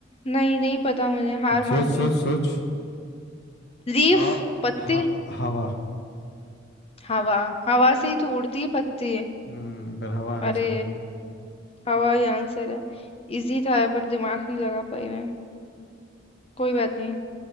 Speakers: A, on the left; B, on the left.
A: नहीं नहीं पता मुझे हार
B: सोच
A: मान ली
B: सोच सोच
A: लीफ
B: हा,
A: पत्ती
B: हा, हवा
A: हवा हवा से ही तो उड़ती है पत्ती
B: हम्म पर हवा आंसर
A: अरे
B: है ना
A: हवा ही आंसर है इजी था ये, पर दिमाग नहीं लगा पाई मैं कोई बात नहीं